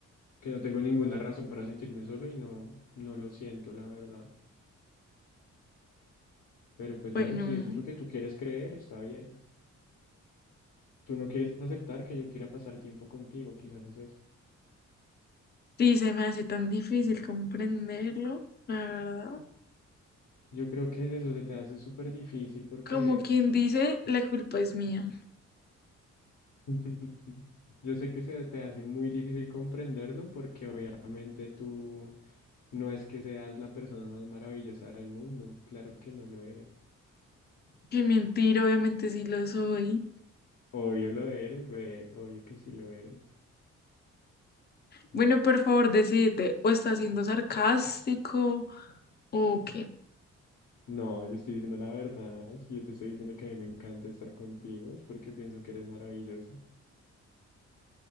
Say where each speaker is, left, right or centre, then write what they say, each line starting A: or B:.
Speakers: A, on the left; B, on the left.
A: que no tengo ninguna razón para sentirme solo y no, no lo siento, la verdad. Pero pues
B: Bueno,
A: bueno, si eso es lo que tú quieres creer, está bien. Tú no quieres aceptar que yo quiera pasar tiempo contigo, quizás es eso.
B: sí, se me hace tan difícil comprenderlo, la verdad.
A: Yo creo que es eso, se te hace súper difícil porque
B: Como quien dice, la culpa es mía.
A: <laughs> yo sé que se te hace muy difícil comprenderlo porque obviamente tú no es que seas la persona más maravillosa del mundo, claro que no lo eres.
B: Qué mentira, obviamente sí lo soy.
A: Obvio lo eres, ve, obvio que sí lo eres.
B: Bueno, por favor, decídete, o está siendo sarcástico, o qué.
A: No, yo estoy diciendo la verdad, si yo te estoy diciendo que a mí me encanta estar contigo es porque pienso que eres maravillosa.